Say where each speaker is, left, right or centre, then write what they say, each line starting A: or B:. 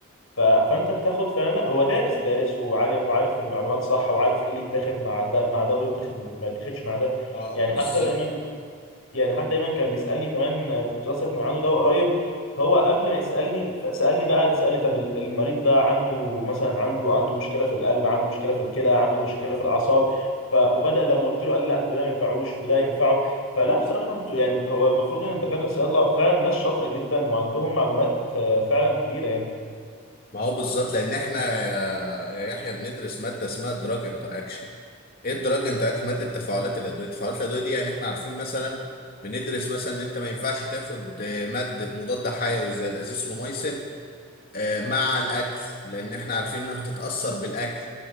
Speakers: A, on the left (about 90°); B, on the left (about 45°).
A: ف... فانت بتاخد فعلا لا هو دارس دارس وعالم وعارف المعلومات صح وعارف ايه اللي يتاخد مع ده مع ده وايه اللي يتاخد ما يتاخدش مع ده
B: اه
A: يعني
B: بالظبط
A: حتى دايما يعني حد دايما كان بيسالني كمان آه، كنت بصرف من عنده دواء قريب فهو قبل ما يسالني ف- سالني بقى قعد يسالني طب ال- المريض ده عنده مثلا عنده عنده مشكله في القلب عنده مشكله في الكلى عنده مشكله في الاعصاب ف وبدا لما قلت له قال لي لا ده ده ما ينفعوش وده ينفعه فلا بصراحه انتوا يعني هو المفروض ان الدكاتره الصيادله فعلا ناس شاطره جدا وعندهم معلومات آه، فعلا كبيره يعني
B: ما هو بالظبط لان احنا يا يا يحيى بندرس ماده اسمها الدراج انتر اكشن ايه الدراج انتر اكشن ماده تفاعلات الادويه تفاعلات الادويه دي يعني احنا عارفين مثلا بندرس مثلا ان انت ما ينفعش تاخد آه، ماده مضاد حيوي زي الازيثروميسين آه، مع الاكل لان احنا عارفين انها هتتاثر بالاكل